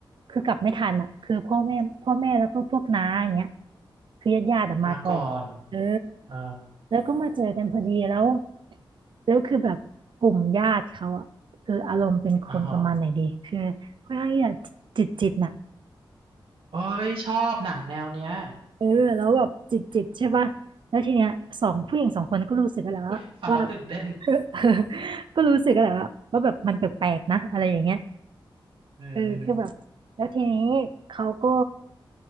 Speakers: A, on the right (about 65°); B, on the right (about 80°).
A: คือกลับไม่ทันอ่ะคือพ่อแม่พ่อแม่แล้วก็พวกน้าอย่างเงี้ยคือญาติญาติอะมาก่อนเออ
B: มาก่อนเออ
A: แล้วก็มาเจอกันพอดีแล้วแล้วคือแบบกลุ่มญาติเขาอ่ะคืออารมณ์เป็นคนประมาณไหนดีคือค่อนข้างที่จะจิตจิตน่ะ
B: อ๋อฮะเอ้ยชอบหนังแนวเนี้ย
A: เออแล้วแบบจิตจิตใช่ป่ะแล้วทีเนี้ยสองผู้หญิงสองคนก็รู้สึกกันแหละว่าว่า
B: เว้ย ฟังแล้วตื่นเต้น
A: <laughs> ก็รู้สึกกันแหละว่าว่าแบบมันแปลกๆนะอะไรอย่างเงี้ย
B: เออเออ
A: เออคือแบบแล้วทีนี้เขาก็